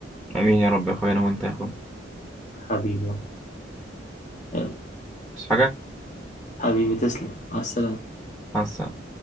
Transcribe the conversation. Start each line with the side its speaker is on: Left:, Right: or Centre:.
Centre: امين يا رب يا اخويا انا وانت يا اخويا
Left: حبيبي يلا،
Centre: بس حاجة
Left: حبيبي تسلم مع السلامة
Centre: مع السلامة